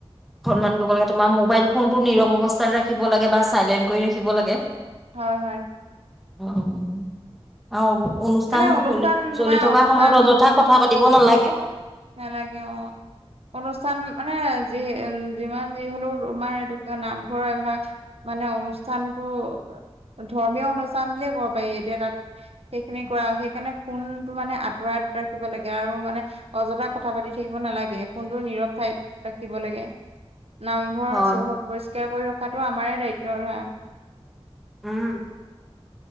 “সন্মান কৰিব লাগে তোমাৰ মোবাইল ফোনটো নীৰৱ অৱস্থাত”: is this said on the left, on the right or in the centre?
Centre